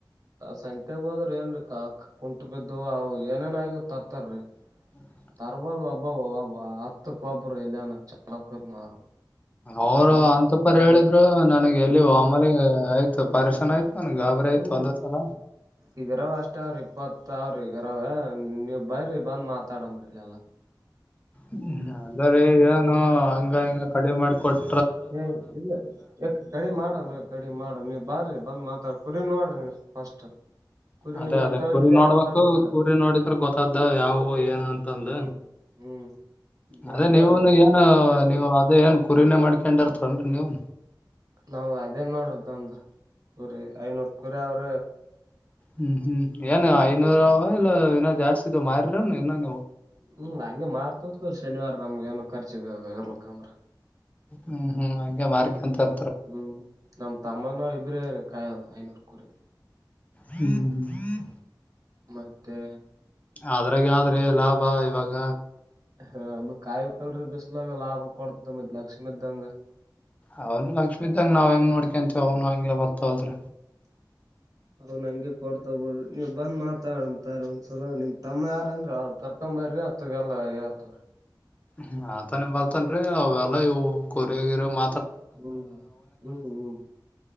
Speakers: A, on the right; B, on the left.
A: ಸಂಂತೆಗ್ ಹೋದ್ರ ಏನ್ೀ ಕ ಕುಂಟ ಬಿದ್ದು ಅವು ಏನೇನ್ ಆಗ್ಯ್ ತರ್ತಾರೀ
B: ಹ್ಮ
A: ತರ್ಬೋದು ಒಬ್ಬಬ್ ಒಬ್ಬ ಹತ್ತುಕ್ಕ ಒಬ್ಬರು ಎಲ್ಲಯಾನ ಚಲಕ್ಕರಿ ಮಾರ
B: ಅವರು
A: ಸಂತ
B: ಅಂತ ಪರಿ
A: ಹ್ಮ್
B: ಹೇಳಿದ್ರು ನನಗೆ ಎಲ್ಲಿಮಲೆ
A: ಹ್ಮ್
B: ಆಯ್ತು ಪರ್ಶನ ಆಯ್ತು ನನಗೆ ಗಾಬರಿ ಆಯ್ತು
A: ಎ
B: ಒಂದೇ ಸಲ
A: ಈಗರಾವ ಅಷ್ಟ ಅವಾವ್ರಿ ಇಪ್ಪತ್ ಮ ಅವ್ರಿ ಈಗರವ ನೀವ್ ಬರ್ರಿ ಬಂದ್ ಮಾತಾಡಂಬ್ರಿಲ್ಲ ಎಲ್ಲ
B: ಹ್ಮ ಅಲ್ಲರಿ ಏನು ಹಂಗ ಹಿಂಗ ಕಡಿ ಮಾಡಿಕೊಟ್ಟ
A: ಹಏ ಇಲ್ಲ ಯ ಕಡಿಮ ಮಾಡಮ್ಮ ಗಡಿ ಮಾಡ ನೀವು ಬಾರ್ರಿ ಬಂದ್ ಮಾತಾಡ್ ಕುರಿ ನೋಡ್ರಿ ನೀವು ಫಸ್ಟ್ ಕುರಿ
B: ಅದೇ
A: ನೀವ್
B: ಅದೇ
A: ಎಂತವಂತ
B: ಕುರಿ ನೋಡ್ಬೇಕು
A: ಅಂತ ಹಡ್ಕರ
B: ಕುರಿ ನೋಡಿದ್ರ ಗೊತ್ತಾದ್ದ ಯಾವವು ಏನ್ ಅಂತಂದ
A: ಹ್ಮ್ ಹ್ಮ್ ನಿಮ್ಗೆ
B: ಅದೇ ನೀವುನು ಏನು
A: ಮತ್ತೆ
B: ನೀವು ಅದೇ ಏನ್ ಕುರಿನೇ ಮಾಡ್ಕೊಂಡಾರ ತಗೊಂಡ್ರಿ ನೀವ್
A: ನಾವ ಅದೇನ್ ನೋಡ್ರದ ಒಂದು ಕುರಿ ಐನೂರ್ ಕುರಿ ಅವ್ರ
B: ಹ್ಮ್ ಹ್ಮ್ ಏನ್ ಐನೂರ ಅವ ಇಲ್ಲ ಇನ್ನೋ ಜಾಸ್ತಿ ಇದ ಮಾರನು ಇನ್ನೋ ನೀವು
A: ಹ್ಮ್ ಹಂಗೆ ಮಾರ್ತರ್ತವ್ರ ಶನಿವಾರ ನಮ್ಗೆ ಏನ ಖರ್ಚಿಗೆ ಇರ್ಲಕ್ಕ ಅಂದ್ರ
B: ಹ್ಮ್ ಹ್ಮ್ ಹಗೆ ಮಾರ್ಕಂತಾರ
A: ಹ್ಮ್ ನಮ್ ತಮ್ಮನಾವ ಇಬ್ರೇ ರ ಕಾಯದು ಐನೂರ್ ಕುರಿ
B: ಹ್ಮ್ ಹ್ಮ್
A: ಮತ್ತೆ
B: ಅದ್ರಾಗ ಆದ್ರೆ ಲಾಭ ಇವಾಗ
A: ಹ್ಮ ಮತ್ ಕಾಯ್ಬೇಕಕ್ರಿ ಬಿಸಲಂಗ ಲಾಭ ಕೊಡ್ತ ಮತ್ ಲಕ್ಷ್ಮಿ ಇದಂಗ
B: ಅವನು ಲಕ್ಷ್ಮೀದಂಗ ನಾವ್ ಹೆಂಗ್ ನೋಡ್ಕೊಂತೀವಿ ಅವನು ಹಂಗಗೆ ಬರ್ತವಲ್
A: ಅವ್ ನ ಹಂಗೆ ಕೊಡ್ತ ಬಿಡ್ರಿ ನೀವು ಬಂದ್ ಮಾತಾಡತಾರ ಒಂದ್ಸಲ ನಿಮ್ ತಮ್ಮ ಯಾರಂದ್ರ ಅವ್ರು ಕರ್ಕೊ ಬರ್ರಿ ಹತ್ತು ಗಲ್ಲ ಆ ಯತ್ತು
B: ಹ್ಮ ಆತಾನೇ ಬರ್ತನ್ ಅವೆಲ್ಲಾ ಇವು ಕೊರಿಗಿರ ಮ
A: ಹ್ಮ್ ಹ್ಮ್ ಹ್ಮ್